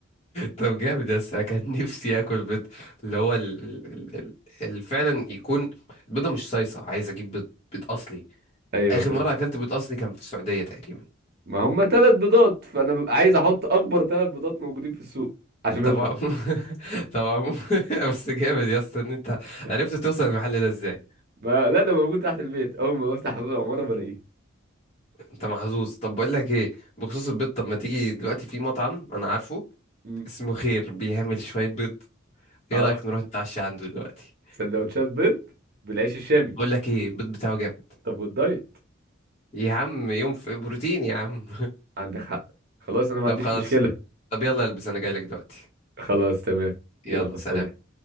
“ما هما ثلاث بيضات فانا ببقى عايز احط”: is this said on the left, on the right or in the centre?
Right